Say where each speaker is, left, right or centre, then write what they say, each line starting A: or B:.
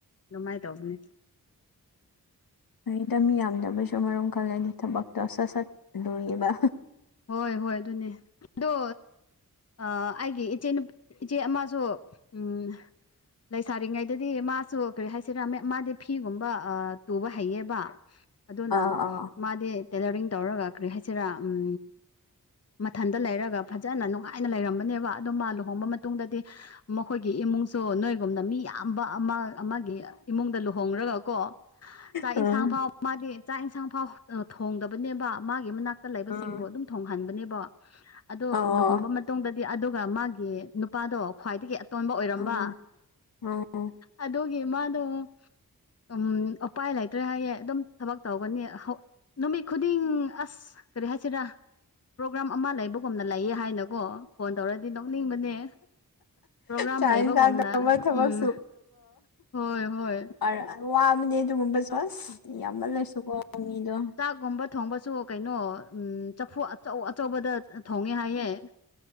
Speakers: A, on the left; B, on the left.
A: ꯑꯗꯨꯃꯥꯏ ꯇꯧꯕꯅꯦ
B: ꯐꯩꯗ ꯃꯤ ꯌꯥꯝꯗꯕꯩꯁꯨ ꯑꯃꯔꯣꯝ ꯈꯜꯂꯗꯤ ꯊꯕꯛꯇ ꯁꯠ ꯁꯠ ꯂꯣꯏꯕ
A: ꯍꯣꯏ ꯍꯣꯏ ꯑꯗꯨꯅꯦ ꯑꯗꯣ ꯑꯥ ꯑꯩꯒꯤ ꯏꯆꯦ ꯏꯆꯦ ꯑꯃꯁꯨ ꯎꯝ ꯂꯩꯁꯥꯔꯤꯉꯩꯗꯗꯤ ꯃꯥꯁꯨ ꯀꯔꯤ ꯍꯥꯏꯁꯤꯔꯥ ꯃꯥꯗꯤ ꯐꯤꯒꯨꯝꯕ ꯑ ꯇꯨꯕ ꯍꯩꯌꯦꯕ ꯑꯗꯨꯅ
B: ꯑꯥ ꯑꯥ
A: ꯃꯥꯗꯤ ꯇꯦꯂꯔꯤꯡ ꯇꯧꯔꯒ ꯀꯔꯤ ꯍꯥꯏꯁꯤꯔꯥ ꯎꯝ ꯃꯊꯟꯇ ꯂꯩꯔꯒ ꯐꯖꯅ ꯅꯨꯡꯉꯥꯏꯅ ꯂꯩꯔꯝꯕꯅꯦꯕ ꯑꯗꯨ ꯃꯥ ꯂꯨꯍꯣꯡꯕ ꯃꯇꯨꯡꯗꯗꯤ ꯃꯈꯣꯏꯒꯤ ꯏꯃꯨꯡꯁꯨ ꯅꯣꯏꯒꯨꯝꯅ ꯃꯤ ꯌꯥꯝꯕ ꯑꯃ ꯑꯃꯒꯤ ꯏꯃꯨꯡꯗ ꯂꯨꯍꯣꯡꯔꯒ ꯀꯣ ꯆꯥꯛ
B: ꯎꯝ
A: ꯏꯟꯁꯥꯡ ꯐꯥꯎꯕ ꯃꯥꯗꯤ ꯆꯥꯛ ꯌꯦꯟꯁꯥꯡ ꯐꯥꯎ ꯊꯣꯡꯗꯕꯅꯦꯕ ꯃꯥꯒꯤ ꯃꯅꯥꯛꯇ ꯂꯩꯕꯁꯤꯡꯕꯨ
B: ꯎꯝ
A: ꯑꯗꯨꯝ ꯊꯣꯡꯍꯟꯕꯅꯦꯕꯣ ꯑꯗꯣ
B: ꯑꯣ
A: ꯂꯨꯍꯣꯡꯕ ꯃꯠ ꯇꯨꯡꯗꯗꯤ ꯑꯗꯨꯒ ꯃꯥꯒꯤ ꯅꯨꯄꯥꯗꯣ ꯈ꯭ꯋꯥꯏꯗꯒꯤ ꯑꯇꯣꯟꯕ ꯑꯣꯏꯔꯝꯕ
B: ꯎꯝ ꯎꯝ
A: ꯑꯗꯨꯒꯤ ꯃꯥꯗꯣ ꯎꯝ ꯎꯄꯥꯏ ꯂꯩꯇ꯭ꯔꯦ ꯍꯥꯏꯌꯦ ꯑꯗꯨꯝ ꯊꯕꯛ ꯇꯧꯒꯅꯤ ꯍꯧ ꯅꯨꯃꯤꯠ ꯈꯨꯗꯤꯡ ꯑꯁ ꯀꯔꯤ ꯍꯥꯏꯁꯤꯔꯥ ꯄ꯭ꯔꯣꯒ꯭ꯔꯥꯝ ꯑꯃ ꯂꯩꯕꯒꯨꯝꯅ ꯂꯩꯌꯦ ꯍꯥꯏꯅꯀꯣ ꯐꯣꯟ ꯇꯧꯔꯗꯤ ꯅꯣꯛꯅꯤꯡꯕꯅꯦ ꯄ꯭ꯔꯣꯒ꯭ꯔꯥꯝ
B: ꯆꯥꯛ
A: ꯂꯩꯕꯒꯨꯝꯅ
B: ꯏꯟꯁꯥꯡ ꯇꯧꯕ ꯊꯕꯛ
A: ꯎꯝ ꯍꯣꯏ ꯍꯣꯏ
B: ꯑꯔ ꯋꯥꯕꯅꯦ ꯑꯗꯨꯒꯨꯝꯕꯁꯨ ꯑꯁ ꯌꯥꯝꯃꯜꯂꯁꯨꯀꯣ ꯃꯤꯗꯣ
A: ꯒꯨꯝꯕ ꯊꯣꯡꯕꯁꯨ ꯎꯝ ꯀꯩꯅꯣ ꯆꯐꯨ ꯑꯆꯧ ꯑꯆꯧꯕꯗ ꯊꯣꯡꯉꯦ ꯍꯥꯏꯌꯦ